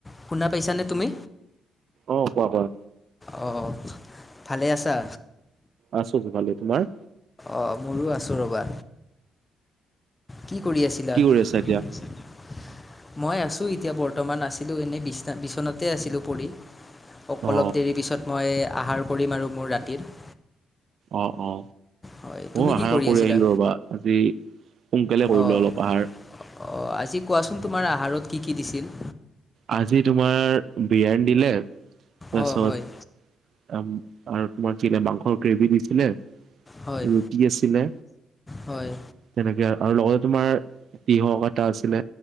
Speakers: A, on the left; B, on the right.
A: শুনা পাইছানে তুমি?
B: অ কোৱা কোৱা।
A: অঁ ভালে আছা?
B: আছো, ভালেই তোমাৰ?
A: অঁ মইও আছোঁ ৰ'বা। কি কৰি আছিলা?
B: কি কৰি আছা
A: মই
B: এতিয়া
A: আছোঁ এতিয়া বৰ্তমান, আছিলোঁ এনেই বিচনা বিচনাতে আছিলোঁ পৰি। অলপ
B: অ
A: দেৰি পিছত, মই আহাৰ কৰিম আৰু মোৰ ৰাতিৰ।
B: অ অ।
A: হয় তুমি
B: অ আহাৰ
A: কি
B: কৰি
A: আছিলা?
B: আহিলো ৰ'বা, আজি সোনকালে কৰিলো
A: অঁ
B: অলপ আহাৰ।
A: অঁ আজি কোৱাচোন তোমাৰ আহাৰত কি কি দিছিল?
B: আজি তোমাৰ বিৰীয়ানি দিলে, তাৰপিছত
A: অঁ হয়
B: আৰু তোমাৰ কি দিলে, মাংসৰ গ্ৰেভি দিছিলে,
A: হয়
B: ৰুটি আছিলে
A: হয়
B: তেনেকে আৰু লগতে তোমাৰ, তিয়হ কটা আছিলে,